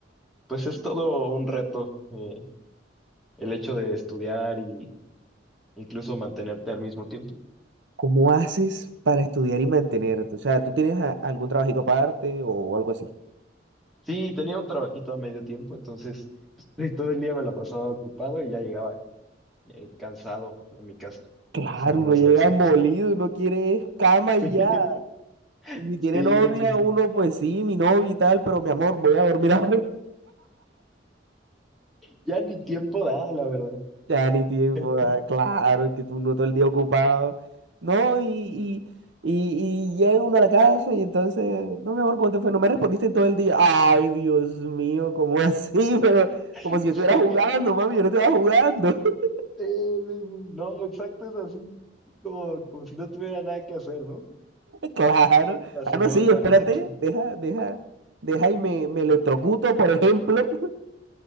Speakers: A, in the centre; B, on the right.
A: pues es todo un reto, eh, el hecho de estudiar y incluso mantenerte al mismo tiempo.
B: ¿Cómo haces para estudiar y mantenerte? O sea, ¿tú tienes a- algún trabajito aparte o algo así?
A: Sí, tenía un trabajito a medio tiempo, entonces pues, <laughs> todo el día me la pasaba ocupado y ya llegaba eh, cansado a mi casa,
B: Claro,
A: hasta nada
B: uno
A: más
B: llega
A: a descansar.
B: molido, uno quiere es cama y
A: <laughs>
B: ya. Y si tiene
A: Sí,
B: novia,
A: sí, sí.
B: uno pues sí, mi novia y tal, pero mi amor, voy a dormir ahora. <laughs>
A: Ya ni tiempo da, la verdad.
B: Ya ni tiempo,
A: <laughs>
B: ah, claro, que tú no todo el día ocupado. No, y, y, y, y llega uno a la casa y entonces, no, mi amor, ¿cómo te fue? No me respondiste en todo el día. Ay, Dios mío, ¿cómo <laughs> así? Pero como
A: Sí.
B: si yo estuviera
A: <laughs>
B: jugando, mami, yo no estaba jugando. <laughs>
A: Eh, no, exacto, es así. Como, como si no tuviera nada que hacer, ¿no?
B: Claro.
A: Hasta
B: Ah,
A: se enoja.
B: no, sí, espérate,
A: <laughs>
B: deja, deja, deja y me, me electrocuto, por ejemplo.